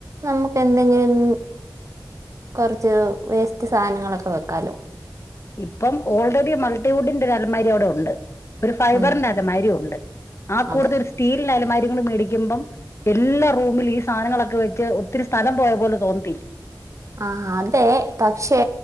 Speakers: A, on the right (about 40°); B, on the left (about 35°).
A: നമുക്ക് എന്തെങ്കിലും കൊറച്ച് വേസ്റ്റ് സാധനങ്ങളൊക്കെ വെക്കാലോ
B: ഇപ്പം ഓൾറെഡി മൾട്ടിവുഡിന്റെ ഒരു അലമാരി അവിടെ ഉണ്ട്. ഒരു ഫൈബറിന്റെ
A: ഉണ്ട്
B: അലമാരിയുണ്ട് ആ കൂട്ടത്തിൽ
A: അതെ
B: ഒരു സ്റ്റീലിന്റെ അലമാരിയും കൂടെ മേടിക്കുമ്പം എല്ലാ റൂമിലും ഈ സാധനങ്ങളൊക്കെ വെച്ച് ഒത്തിരി സ്ഥലം പോയ പോലെ തോന്നത്തില്ലെ.
A: ആഹ് ഹതെ. പക്ഷേ